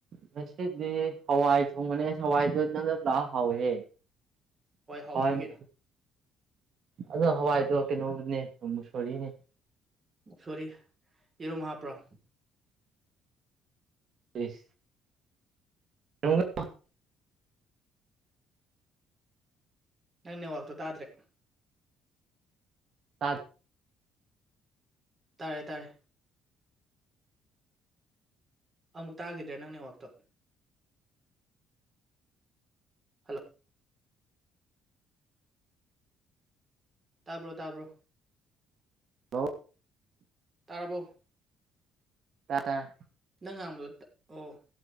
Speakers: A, on the right; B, on the right.
A: ꯉꯁꯤꯗꯤ ꯍꯋꯥꯏ ꯊꫭꯡꯕꯅꯦ ꯍꯋꯥꯏꯗꯨ ꯅꯪꯅ ꯄꯨꯂꯥꯛꯞ <unintelligible> ꯍꯥꯎꯋꯦ
B: ꯍꯥꯎꯕꯅꯤ
A: ꯍꯋꯥꯏ
B: ꯀꯩꯅꯣ
A: ꯑꯗꯣ ꯍꯋꯥꯏꯗꯣ ꯀꯩꯅꯣꯅꯦ ꯃꯨꯁꯣꯔꯤꯅꯦ
B: ꯃꯨꯛꯁꫭꯔꯤ ꯌꯦꯔꯨꯝ ꯍꯥꯞꯄ꯭ꯔꯣ
A: ꯎꯁ ꯅ <unintelligible>
B: ꯅꯪ ꯅꯦꯋꯥꯛꯇꯣ ꯇꯥꯗ꯭ꯔꯦ
A: ꯇꯥ <unintelligible>
B: ꯇꯥꯔꯦ ꯇꯥꯔꯦ ꯑꯃꯨꯛ ꯇꯥꯈꯤꯗ꯭ꯔꯦ ꯅꯪꯅꯦꯋꯥꯛꯇꯣ ꯍꯜꯂꯣ ꯇꯥꯕ꯭ꯔꯣ ꯇꯥꯕ꯭ꯔꯣ
A: ꯍꯜꯂ‌ꫭ
B: ꯇꯥꯔꯕꯣ
A: ꯇꯔ‌ꯦ ꯇꯔꯦ
B: ꯅꯪ ꯉꯥꯡꯕꯗꯣ ꯇꯞ ꯑꯣ